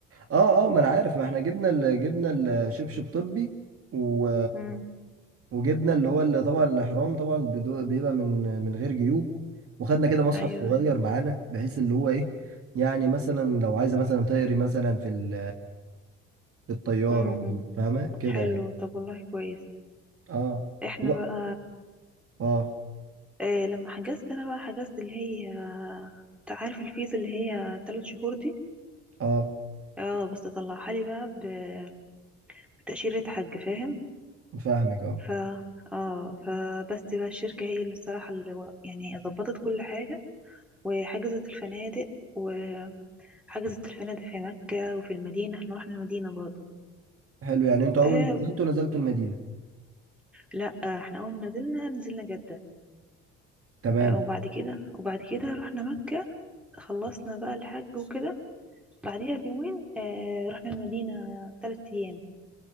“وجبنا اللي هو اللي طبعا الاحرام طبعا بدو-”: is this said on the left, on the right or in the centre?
Right